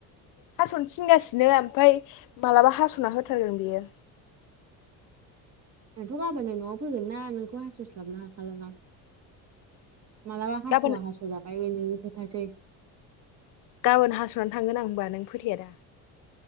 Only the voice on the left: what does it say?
हास'नो थिन गासिनो ओमफाय मालाबा हास'ना होथारगोन बेयो।
गाबोन
गाबोन हास'नानै थांगोन आं होनबा नों फोथया दा।